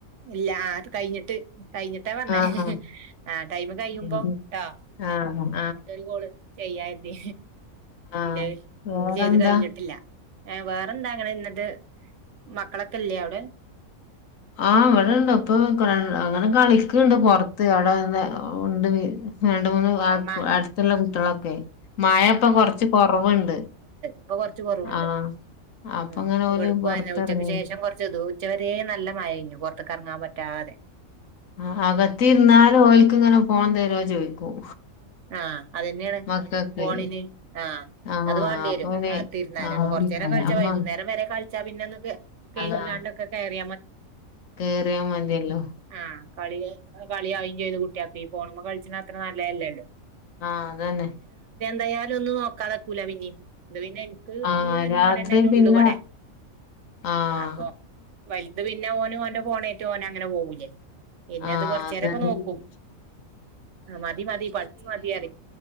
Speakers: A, on the right; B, on the left.
A: ഇല്ല ആ കഴിഞ്ഞിട്ട് കഴിഞ്ഞിട്ടാ പറഞ്ഞേ
B: ആഹ്
A: ആ ടൈമ കഴിയുമ്പോ
B: ആഹ്
A: ട്ടോ
B: ആഹ്
A: ആ മറ്റൊരു കാൾ ചെയ്യാരുന്നു
B: ആഹ്
A: എ
B: വേറെന്താ?
A: ചെയ്ത് കഴിഞ്ഞിട്ടില്ല വേറെന്താ അങ്ങനെ എന്നിട്ട് മക്കളൊക്കെ ല്ലേ അവിടെ
B: ആഹ് അവിടെണ്ട ഇപ്പൊ അങ്ങനെ കളിക്കണ്ട് പുറത്ത് അവിടെന്നെ ഉണ്ട് രണ്ട് മൂന്ന്
A: ആഹ് മാ
B: അടുത്തുള്ള കുട്ടികളൊക്കെ മായപ്പൊ കൊറച്ച് കൊറവുണ്ട്
A: അപ്പൊ കൊറച്ച് കുറവുണ്ട്
B: ആഹ് അപ്പൊ
A: ആ
B: ഇങ്ങനെ
A: ഇവിടുക്കും
B: ഓല് പൊറത്തിറങ്ങി
A: ഉച്ചയ്ക്ക് ശേഷം കൊറച്ച ഇത് ഉച്ച വരെേ നല്ല മഴ കഴിഞ്ഞു പുറത്തക്ക ഇറങ്ങാൻ പറ്റും നിർത്താതെ
B: ആ അകത്തി ഇരുന്നാലും ഓൽക്ക് ഇങ്ങനെ ഫോൺ തരുവോ ചോദിക്കും
A: ആഹ അതന്നെയാണ്
B: മക്കൾക്ക്
A: ഫോണിന് ആഹ
B: ആഹ്
A: അത് വേണ്ടി
B: അപ്പൊ
A: വരും
B: പിന്നെ
A: ആ തിരുന്നാല
B: ആഹ്
A: അപ്പ കൊറച്ചു നേരം കളിച്ചാ
B: അമ്മ
A: വൈകുന്നേരം വരെ കളിച്ചാ പിന്നെന്നൊ കഴ <unintelligible>
B: ആഹ് കേറിയാ മതിയല്ലോ
A: ആ കളി കളി <unintelligible> കുട്ടി ഈ ഫോണിൽ കളിച്ചണ അത്ര നല്ലേല്ലോ
B: ആഹ അതന്നെ
A: എന്തായാലും ഒന്നും നോക്കാതക്കൂല പിന്നെ ഇത് പിന്നെ എനിക്ക്
B: ആഹ്
A: ഈ ഒരു
B: രാത്രി
A: മോനല്ലേ
B: പിന്നെ
A: ഉള്ളു ഇവിടെ
B: ആഹ്
A: അപ്പൊ വലുത് പിന്നെ ഓന് ഓൻ ഫോണേറ്റ് ഓന അങ്ങനെ പോവൂല്ലേ പിന്നെ
B: ആഹ്
A: അത് കൊറച്ച
B: അതന്നെ
A: നേരൊക്കെ നോക്കൂ മതി മതി പഠിച്ചു മതിയായി